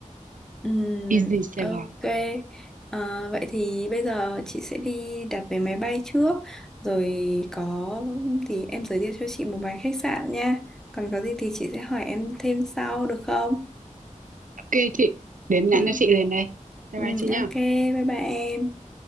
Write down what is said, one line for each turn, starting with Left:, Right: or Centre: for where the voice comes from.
Centre: Ừm,
Right: easy Sài
Centre: ok.
Right: Gòn
Centre: Ờ, vậy thì bây giờ chị sẽ đi đặt vé máy bay trước, rồi có thì em giới thiệu cho chị một vài khách sạn nha. Còn có gì thì chị sẽ hỏi em thêm sau được không?
Right: Ok chị, để em nhắn
Centre: Ừ.
Right: cho chị liền đây. Bye
Centre: Ừ,
Right: bye chị nhá.
Centre: ok, bye bye em.